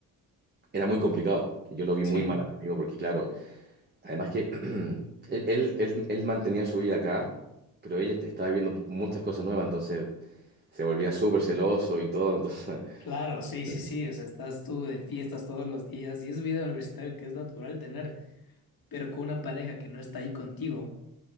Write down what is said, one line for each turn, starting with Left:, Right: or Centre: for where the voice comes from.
Right: era muy complicado. Yo lo vi
Left: sí,
Right: muy mal a mi amigo, porque claro, además que <clears throat> él, él, él, él mantenía su vida acá, pero ella estaba viviendo muchas cosas nuevas, entonces se volvía súper celoso y todo, entonces <laughs>
Left: claro, sí, sí, sí, o sea, estás tú de fiestas todos los días y es vida universitaria que es natural tener, pero con una pareja que no está ahí contigo,